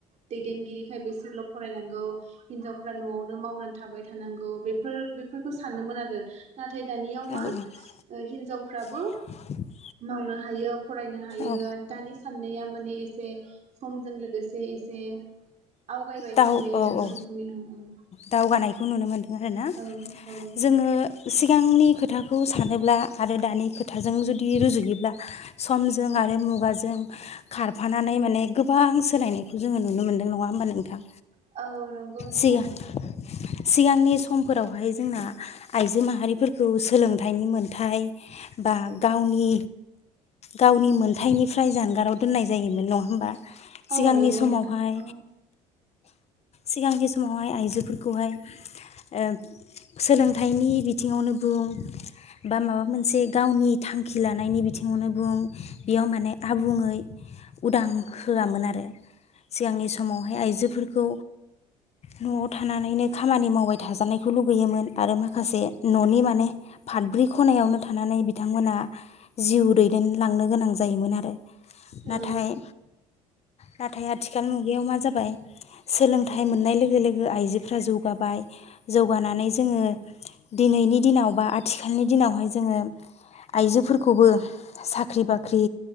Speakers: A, on the right; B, on the left.
A: दैदेनगिरिखाय बिसोरल' फरायनांगौ हिनजावफ्रा न'आवनो मावनानै थाबाय थानांगौ बेफोर बेफोरखौ सानदोंमोन आरो नाथाय दानियाव मा
B: औ
A: ओ हिनजाव फ्राबो
B: <inaudible>
A: मावनो हायो फरायनो हायो
B: औ
A: दानि साननाया माने एसे समजों लोगोसे एसे आवगायबाय
B: दाव
A: साननाया
B: औ
A: बिसोरनियाव
B: औ
A: औ
B: दावगानायखौ नुनो मोनदों आरोना
A: औ औ औ
B: जोङो सिगांनि खोथाखौ सानोब्ला आरो दानि खोथाजों जुदि रुजुयोब्ला समजों आरो मुगाजों खारफानानै माने गोबां सोलायनाय जोङो नुनो मोन नङा होमबा नोंथां
A: औ नंगौ नोंथां।
B: सिगां सिगांनि समफोरावहाय जोंना आइजो माहारिफोरखौ सोलोंथाइनि मोनथाय बा गावनि गावनि मोनथायाइनिफ्राय जानगाराव दोननाय जायोमोन नङा होमबा
A: औ
B: सिगांनि
A: नंगौ
B: समावहाय
A: नोंथां औ
B: सिगांनि समावहाय आइजोफोरखौहाय ओ सोलोंथाइनि बिथिङावनो बुं बा माबा मोनसे गावनि थांखि लानायनि बिथिङावनो बुं बेयाव माने आबुङै उदां होआमोन आरो सिगांनि समावहाय आइजोफोर खौ न'आव थानानैनो खामानि मावबाय थाजानायखौ लुगैयोमोन आरो माखासे न'नि माने फाथब्रै खनायावनो थानानै बिथांमोनहा जिउ दैदेनलांनो गोनां जायोमोन आरो। नाथाय
A: औ
B: नाथाय आथिखाल मुगायाव मा जाबाय सोलोंथाइ मोननाय लोगो लोगो आइजोफ्रा जौगाबाय जौगानानै जोङो दिनैनि दिनाव बा आथिखालनि दिनावहाय जोङो आइजोफोरखौबो साख्रि बाख्रि